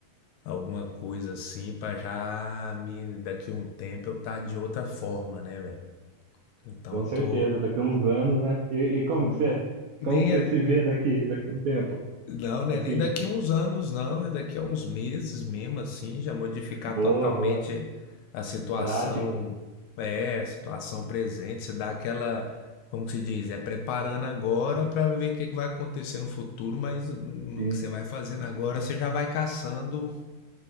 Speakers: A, on the left; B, on the right.
A: alguma coisa assim para já me daqui a um tempo eu tá de outra forma, né, velho? Então
B: com certeza.
A: tô
B: Daqui a uns anos, né? E, e como
A: hum,
B: que você,
A: nem
B: como que você se vê daqui, daqui a um tempo?
A: Não, né?
B: Assim,
A: Nem daqui uns anos, não. É daqui a uns meses mesmo, assim, já modificar
B: boa,
A: totalmente
B: boa,
A: a situação,
B: prático,
A: é, a situação presente. Você dá aquela, como que se diz? É preparando agora para ver o que que vai acontecer no futuro, mas no
B: sim,
A: que você vai fazendo agora, você já vai caçando